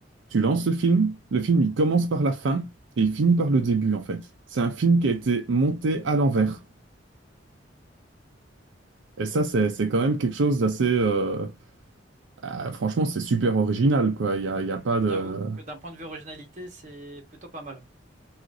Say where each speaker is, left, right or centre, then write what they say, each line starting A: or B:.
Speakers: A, on the right (about 75°); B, on the right (about 40°).
A: tu lances le film, le film il commence par la fin et il finit par le début en fait. C'est un film qui a été monté à l'envers. Et ça, c'est c'est quand même quelque chose d'assez. euh, ah, franchement, c'est super original quoi. Il y a, il y a pas de.
B: J'avoue que d'un point de vue originalité, c'est plutôt pas mal.